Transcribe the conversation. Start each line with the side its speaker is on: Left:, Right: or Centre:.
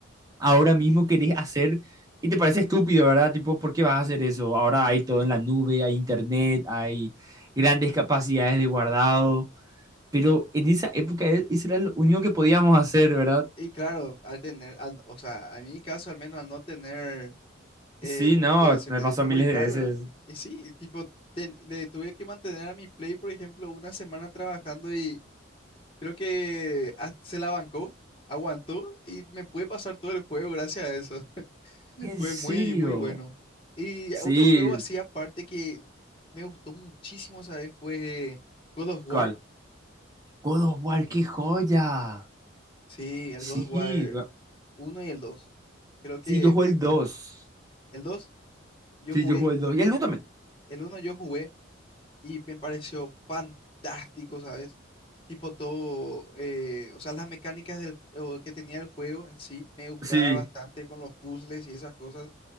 Right: ahora mismo querés hacer y te parece estúpido, ¿verdad? Tipo, ¿por qué vas a hacer eso? Ahora hay todo en la nube, hay internet, hay grandes capacidades de guardado, pero en esa época e- eso era lo único que podíamos hacer, ¿verdad?
Left: Y claro, al tener, al- o sea, a mi caso al menos al no tener eh,
Right: Sí,
Left: ¿cómo
Right: no,
Left: puede ser?
Right: me
Left: De
Right: pasó
Left: memory
Right: miles
Left: card,
Right: de veces.
Left: ¿verdad? Y sí, tipo, ten- le tuve que mantener a mi Play, por ejemplo, una semana trabajando y creo que hasta se la bancó, aguantó y me pude pasar todo el juego gracias a eso. <laughs>
Right: ¿En
Left: Fue
Right: serio?
Left: muy, muy bueno. Y
Right: Sí,
Left: otro juego así aparte que me gustó muchísimo, ¿sabes? Fue God of War.
Right: ¿cuál? God of War, qué joya.
Left: Sí, el
Right: Sí,
Left: God of War
Right: gua-
Left: uno y el 2. Creo que
Right: sí, yo jugué el dos
Left: el 2, yo
Right: Sí,
Left: jugué
Right: yo jugué
Left: el
Right: el
Left: uno,
Right: dos Y el uno también
Left: el uno yo jugué. y me pareció fantástico, ¿sabes? Tipo todo, eh, o sea, las mecánicas del, o que tenía el juego en sí me gustaba
Right: Sí,
Left: bastante con los puzzles y esas cosas.